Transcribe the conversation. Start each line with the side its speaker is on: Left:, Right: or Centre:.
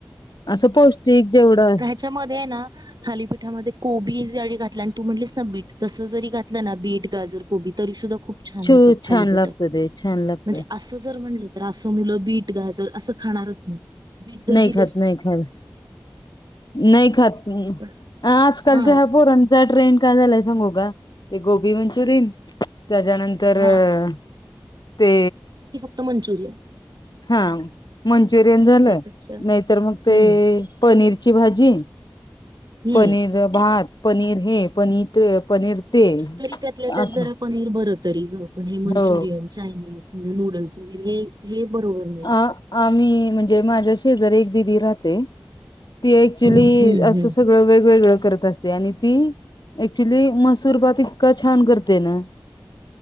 Left: असं पौष्टिक जेवढं
Right: च्या मध्ये ना थालीपीठामध्ये कोबी जडी घातली आणि तू म्हटलीस ना बीट तस जरी घातलं ना बीट गाजर कोबी तरी सुद्धा खूप छान
Left: छ
Right: होतात
Left: छान
Right: थालीपेट
Left: लागतं ते छान लागतं.
Right: म्हणजे असंच जर म्हणलं तर असं म्हणल बिट गाजर असं खाणारच नाही. बिट जर
Left: नाही
Right: दिल
Left: खात नाही ख नाही खात हम्म
Right: पण
Left: आजकल
Right: हा
Left: च्या ह्या पोरांना चा ट्रेंड का झालाय सांगू ते गोबी मंचुियन त्याच्यानंतर तर
Right: हा
Left: ते
Right: क्त मंचुरयन.
Left: हा मंचुरियन झालं.
Right: त्यापेक्षा
Left: नाहीतर मग ते
Right: हम्म
Left: पनीरची भाजी,
Right: हम्म
Left: पनीर भात. पनीर हे पनीर ते पनीर ते असं
Right: तरी त्यातल्या त्यात जरा पनीर बर तरी हे मंचुरियन
Left: हो.
Right: चायनीज म नूडल्स हे-हे बरोबर नाही
Left: आ आम्ही म्हणजे माझ्याशीजर एक दिदी राहते. ती ऍक्च्युली
Right: हम्म
Left: असं
Right: हम्म
Left: सगळं वेगवेगळं करत असते. ते आणि ती आक्च्युली मसूरभात इतका छान करते ना.